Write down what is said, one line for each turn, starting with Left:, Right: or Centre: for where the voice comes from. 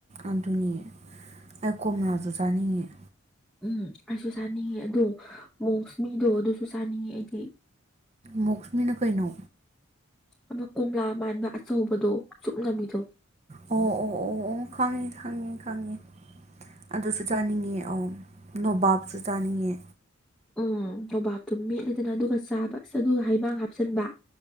Right: ꯑꯗꯨꯅꯦ ꯑꯩ ꯀꯣꯝꯂꯥꯖꯨ ꯆꯥꯅꯤꯡꯉꯦ
Centre: ꯎꯝ ꯑꯩꯁꯨ ꯆꯥꯅꯤꯡꯉꯦ ꯑꯗꯣ ꯃꯣꯛꯁꯃꯤꯗꯣ ꯑꯗꯨꯁꯨ ꯆꯥꯅꯤꯡꯉꯦ ꯑꯩꯗꯤ
Right: ꯃꯣꯛꯁꯃꯤꯅ ꯀꯩꯅꯣ
Centre: ꯑꯃ ꯀꯣꯝꯂꯥ ꯃꯥꯟꯕ ꯑꯆꯧꯕꯗꯣ ꯆꯨꯞꯅꯕꯤꯗꯣ
Right: ꯑꯣ ꯑꯣ ꯑꯣ ꯑꯣ ꯈꯪꯉꯦ ꯈꯪꯉꯦ ꯈꯪꯉꯦ ꯑꯗꯨꯁꯨ ꯆꯥꯅꯤꯡꯉꯦ ꯑꯧ ꯅꯣꯕꯥꯞꯁꯨ ꯆꯥꯅꯤꯡꯉꯦ
Centre: ꯎꯝ ꯅꯣꯕꯥꯞꯇꯣ ꯃꯦꯠꯂꯦꯗꯅ ꯑꯗꯨꯒꯥ ꯆꯥꯕ ꯑꯁ ꯑꯗꯨꯒꯥ ꯍꯩꯃꯥꯡ ꯍꯥꯞꯆꯟꯕ